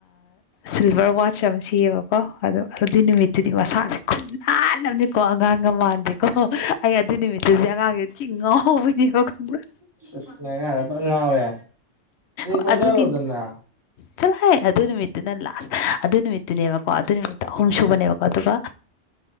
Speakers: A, on the left (about 65°); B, on the right (about 20°).
A: ꯁꯤꯜꯚꯔ ꯋꯥꯁ ꯑꯃ ꯁꯤꯌꯦꯕꯀꯣ ꯑꯗꯖ ꯑꯗꯨꯏ ꯅꯨꯃꯤꯠꯇꯨꯗꯤ ꯃꯁꯥ ꯈꯨꯅꯥꯟ ꯑꯃꯅꯤ ꯀꯣ ꯑꯉꯥꯡꯒ ꯃꯥꯟꯗꯦꯀꯣ ꯑꯩ ꯑꯗꯨ ꯅꯨꯃꯤꯠꯇꯨꯗꯤ ꯑꯉꯥꯡꯖꯦ ꯊꯤ ꯉꯥꯎꯕꯤꯅꯦꯕ ꯈꯪꯕ꯭ꯔꯥ
B: ꯑꯁ ꯑꯁ ꯅꯪ ꯑꯉꯥꯡꯗ ꯐꯅ ꯉꯥꯎꯔꯦ ꯑꯗꯨꯗꯤ
A: ꯑ
B: ꯀꯣꯏꯅꯔꯣꯗꯅ
A: ꯑꯗꯨꯒꯤ ꯆꯠꯂꫭ ꯍꯦ ꯑꯗꯨ ꯅꯨꯃꯤꯠꯇꯨꯅ ꯂꯥꯁ ꯑꯗꯨ ꯅꯨꯃꯤꯠꯇꯨꯅꯦꯕꯀꯣ ꯑꯗꯨ ꯅꯨꯃꯤꯠꯇꯣ ꯑꯍꯨꯝ ꯁꯨꯕꯅꯦꯕꯀꯣ ꯑꯗꯨꯒ